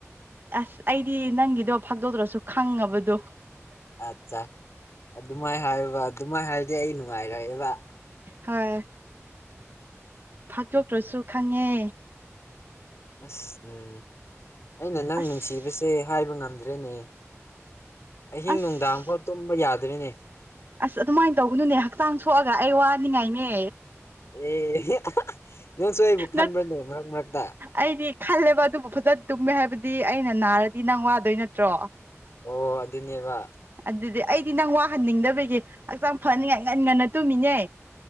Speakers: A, on the right; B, on the left.
A: ꯑꯁ ꯑꯩꯗꯤ ꯅꯪꯒꯤꯗꯣ ꯐꯥꯛꯗꯣꯛꯗ꯭ꯔꯁꯨ ꯈꯪꯉꯕꯗꯣ
B: ꯑꯠꯆꯥ ꯑꯗꯨꯃꯥꯏꯅ ꯍꯥꯏꯋꯨꯕ ꯑꯗꯨꯃꯥꯏꯅ ꯍꯥꯏꯔꯗꯤ ꯑꯩ ꯅꯨꯡꯉꯥꯏꯔꯛꯑꯦꯕ
A: ꯍꯣꯏ ꯐꯥꯛꯇꯣꯛꯇ꯭ꯔꯁꯨ ꯈꯪꯉꯦ
B: ꯑꯁ ꯎꯝ ꯑꯩꯅ ꯅꯪ
A: ꯑꯁ
B: ꯅꯨꯡꯁꯤꯕꯁꯦ ꯍꯥꯏꯕ ꯉꯝꯗ꯭ꯔꯦꯅꯦ ꯑꯍꯤꯡ
A: ꯑꯁ
B: ꯅꯨꯡꯗꯥꯡꯐꯥꯎ ꯇꯨꯝꯕ ꯌꯥꯗ꯭ꯔꯦꯅꯦ
A: ꯑꯁ ꯑꯗꯨꯃꯥꯏꯅ ꯇꯧꯒꯅꯨꯅꯦ ꯍꯛꯆꯥꯡ ꯁꯣꯛꯑꯒ ꯑꯩ ꯋꯥꯅꯤꯡꯉꯥꯏꯅꯦ
B: ꯑꯦ ꯅꯪꯁꯨ ꯑꯩꯕꯨ ꯈꯟꯕ꯭ꯔꯥꯅꯦ
A: ꯅꯠ
B: ꯃꯔꯛ ꯃꯔꯛꯇ
A: ꯑꯩꯗꯤ ꯈꯜꯂꯦꯕ ꯑꯗꯨꯕꯨ ꯐꯖꯅ ꯇꯨꯝꯃꯦ ꯍꯥꯏꯕꯗꯤ ꯑꯩꯅ ꯅꯥꯔꯗꯤ ꯅꯪ ꯋꯥꯗꯣꯏ ꯅꯠꯇ꯭ꯔꯣ
B: ꯑꯣ ꯑꯗꯨꯅꯦꯕ
A: ꯑꯗꯨꯗꯤ ꯑꯩꯗꯤ ꯅꯪ ꯋꯥꯍꯟꯅꯤꯡꯗꯕꯒꯤ ꯍꯛꯆꯥꯡ ꯐꯅꯤꯡꯉꯥꯏ ꯉꯟ ꯉꯟꯅ ꯇꯨꯝꯃꯤꯅꯦ